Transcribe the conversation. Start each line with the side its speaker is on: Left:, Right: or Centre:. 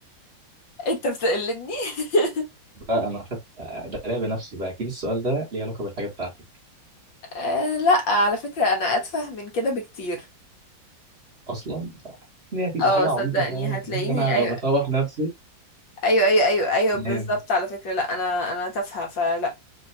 Left: انت بتقلدني <laughs>
Right: بقى انا خدت آه، ده لعب نفسي بقى اكيد السؤال ده ليه علاقة بالحاجة بتاعتك
Left: آه لا على فكرة انا اتفه من كده بكتير
Right: اصلا ان هي هتبقى
Left: اه
Right: حاجه
Left: صدقني
Right: عبيطه فعلا
Left: هتلاقيني
Right: إن انا هبقى
Left: ايوه
Right: بطوح نفسي
Left: ايوه ايوه ايوه ايوه بالظبط
Right: نام
Left: على فكرة لا انا انا تافهة فلا